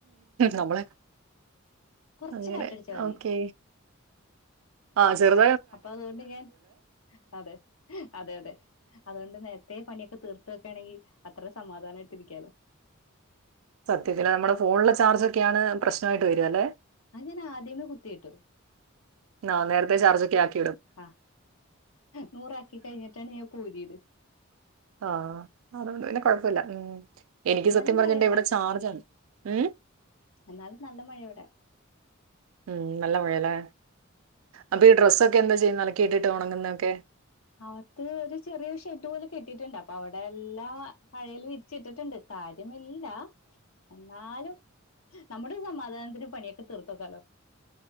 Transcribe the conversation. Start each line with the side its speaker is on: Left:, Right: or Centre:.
Right: നമ്മള്
Left: കുറച്ച്
Right: അങ്ങനെ
Left: കാറ്റടിച്ചാ മതി
Right: ഓക്കെ. ആ ചെറു
Left: അപ്പൊ അതുകൊണ്ട് ഞാൻ അതെ അതെ അതെ അതുകൊണ്ട് നേരത്തെ പണി തീർത്ത് വെക്കാണെങ്കി അത്ര സമാധാനമായിട്ടിരിക്കാലോ.
Right: സത്യത്തില് നമ്മുടെ ഫോണിലെ ചാർജൊക്കെയാണ് പ്രശ്നായിട്ട് വര്യ അല്ലെ.
Left: അത് ഞാൻ ആദ്യമേ കുത്തീട്ടു.
Right: <unintelligible> നേരെത്തെ ചാർജൊക്കെ ആക്കി.
Left: ആ നൂറാക്കി കഴിഞ്ഞിട്ടാണ് ഞാ ഇപ്പ ഊരിയത്.
Right: ആ അതോണ്ട് പിന്നെ കൊഴ പ്പൊല്ല്യ. ഉം എനിക്ക്
Left: എന്നാലും
Right: സത്യം പറഞ്ഞിണ്ടെ
Left: മഴയോടാ
Right: ഇവിടെ ചാർജാണ്. ഏ
Left: എന്നാലും നല്ല മഴയാ ഇവടെ.
Right: ഉം നല്ല മഴാല്ലേ അപ്പൊ ഈ ഡ്രസ്സൊക്കെ എന്താ ചെയ്യുന്നെ അലക്കിയിട്ടിട്ട് ഉണങ്ങുന്നതൊക്കെ.
Left: അഅത്ത് ഒരു ചെറിയ ഷെഡ് പോലെ കെട്ടിയിട്ടുണ്ട്. അപ്പൊ അവിടെ എല്ലാ അഴയിൽ വിരിച്ചിട്ടിട്ടുണ്ട്. കാര്യമില്ല എന്നാലും. നമ്മുടെ സമാധാനത്തിന് പണിയൊക്കെ തീർത്ത് വക്കാലോ.